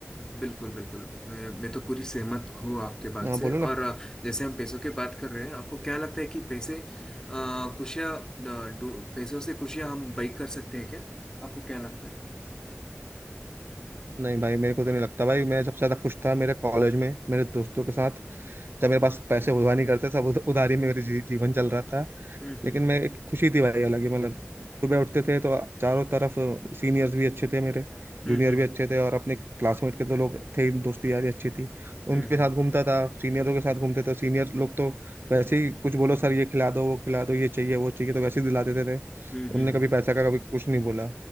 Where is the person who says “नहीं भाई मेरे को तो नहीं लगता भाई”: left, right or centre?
Right